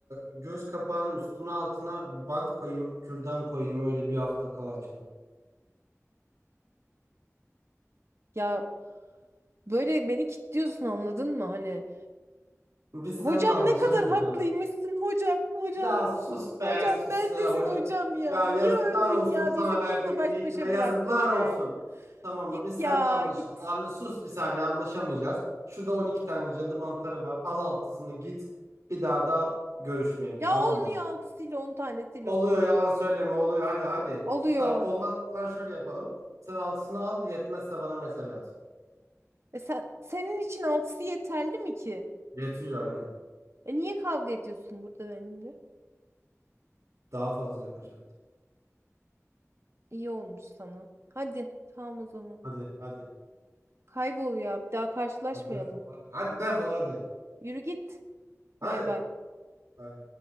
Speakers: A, on the right (about 85°); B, on the right (about 55°).
A: göz kapağının üstüne altına bir bant koyayım, kürdan koyayım. Öyle bir hafta kal açılır.
B: Ya böyle beni kilitliyorsun anladın mı? Hani
A: Biz seninle
B: hocam
A: anlaşamayacağız.
B: ne kadar haklıymışsın hocam hocam.
A: Ya sus
B: Hocam
A: be sus
B: neredesin
A: ya hoca.
B: hocam ya?
A: Ya
B: Niye
A: yazıklar
B: öldün
A: olsun
B: ya?
A: sana
B: Bizi
A: verdiğimiz
B: bununla baş
A: eğitime
B: başa
A: yazıklar
B: bıraktın be.
A: olsun. Tamam mı?
B: Git
A: Biz seninle
B: ya
A: anlaşıldı.
B: git.
A: Anla, sus bir saniye anlaşamayacağız. Şurada 12 tane cadı mantarı var. Al altısını git. Bir daha da görüşmeyelim
B: Ya
A: tamam
B: olmuyor
A: mı?
B: altısıyla on tanesiyle
A: Oluyor
B: oluyor
A: yalan
B: be.
A: söyleme oluyor. Hadi hadi.
B: Oluyor.
A: Git al. Olmaz. Lan şöyle yapalım. Sen altısını al. Yetmezse bana mesaj at.
B: E sen, senin için altısı yeterli mi ki?
A: Yetiyor aynen.
B: E niye kavga ediyorsun burada benimle?
A: Daha fazla yapacaktım.
B: İyi olmuş sana. Hadi tamam o zaman.
A: Hadi hadi.
B: Kaybol ya. Bir daha karşılaşmayalım.
A: Hadi defol hadi. Hadi defol hadi.
B: Yürü git.
A: Hadi.
B: Bay bay.
A: Hayır.